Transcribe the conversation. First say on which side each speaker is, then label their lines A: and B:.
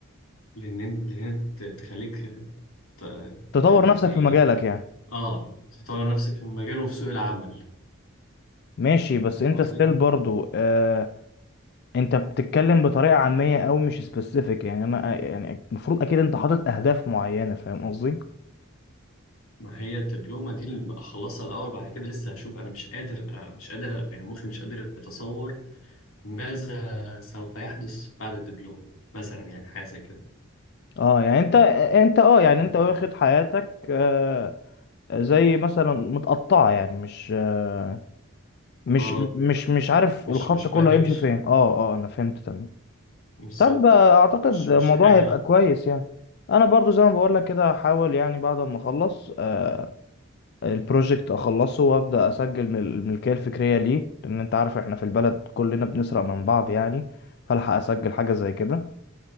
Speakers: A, on the left (about 85°); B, on the left (about 50°).
A: لان لان ت- تخليك ت-
B: تطور
A: تعمل
B: نفسك
A: زي ايه
B: في مجالك يعني
A: اه تطور نفسك في المجال وفي سوق العمل
B: ماشي بس
A: فاهم
B: انت
A: قصدي
B: ستيل برضو آه انت بتتكلم بطريقه عاميه او مش سبيسيفيك يعني انا آه، يعني المفروض اكيد انت حاطط اهداف معينه فاهم قصدي
A: ما هي الدبلومة دي اللي أخلصها الأول بعد كده لسه هشوف أنا مش قادر آه، مش قادر يعني مخي مش قادر يتصور ماذا سوف يحدث بعد الدبلومة مثلا يعني حاجة زي كده
B: اه يعني انت آه، انت اه يعني
A: يعني
B: انت واخد حياتك آه زي مثلا متقطعه يعني مش آه، مش
A: آه
B: مش مش عارف
A: مش
B: الخط
A: مش
B: كله
A: باكج
B: هيمشي فين اه اه انا فهمت تمام
A: بالظبط
B: طب آه، اعتقد
A: مش
B: الموضوع
A: مش حاجة
B: هيبقى كويس يعني انا برضو زي ما بقول لك كده هحاول يعني بعد ما اخلص آه البروجكت اخلصه وابدا اسجل من الملكيه الفكريه ليه لان انت عارف احنا في البلد كلنا بنسرق من بعض يعني فالحق اسجل حاجه زي كده